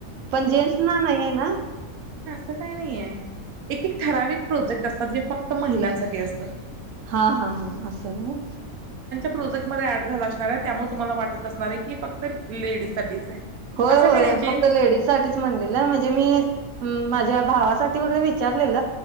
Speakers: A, on the right (about 65°); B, on the right (about 90°).
A: पण जेन्स ना नाहीये ना?
B: तस नाही आहे एक एक ठराविक प्रोजेक्ट असतात जे फक्त महिलांसाठी असतात
A: हा हा हा असं हाय व्हय
B: प्रोजेक्ट मध्ये ऍड झाला असणार आहे त्यामुळे तुम्हाला वाटत असणार आहे की हे फक्त लेडीज साठीच आहे.
A: होय
B: असं
A: होय
B: काही नाही जेंट्स
A: फक्त लेडीज साठीच म्हणलेलं म्हणजे मी माझ्या भावासाठी ते वगैरे विचारलेल